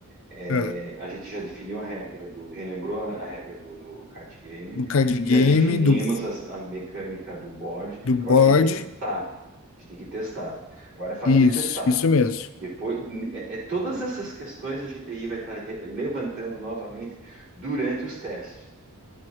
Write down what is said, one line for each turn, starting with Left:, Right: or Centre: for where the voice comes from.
Right: É,
Left: é
Right: a gente já definiu a regra do. Relembrou a a regra do, do card game.
Left: do card game,
Right: Já definimos
Left: do,
Right: as- a mecânica do board.
Left: do board.
Right: Agora a gente tem que testar. A gente tem que testar. Agora é fase
Left: Isso,
Right: de testar.
Left: isso mesmo.
Right: Depois, é, é todas essas questões a gente aí vai estar re- levantando novamente durante os testes,